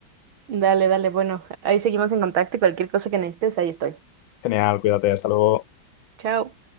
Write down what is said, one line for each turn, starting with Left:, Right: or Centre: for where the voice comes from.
Right: Dale, dale, bueno, ahí seguimos en contacto y cualquier cosa que necesites, ahí estoy.
Left: Genial, cuídate, hasta luego.
Right: Chao.